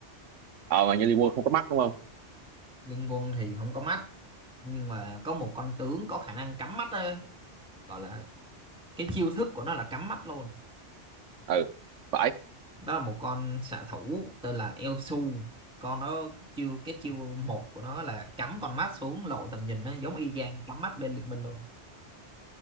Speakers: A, on the right; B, in the centre.
A: ờ mà như Liverpool không có mắt đúng không
B: liên quân thì không có mắt nhưng mà có một con tướng có khả năng cắm mắt á gọi là cái chiêu thức của nó là cắm mắt luôn
A: ừ phải
B: đó là một con xạ thủ tên là Eo con nó chiêu cái chiêu một của nó là cắm con mắt xuống lộ tầm nhìn nó giống y chang cắm mắt bên liên minh luôn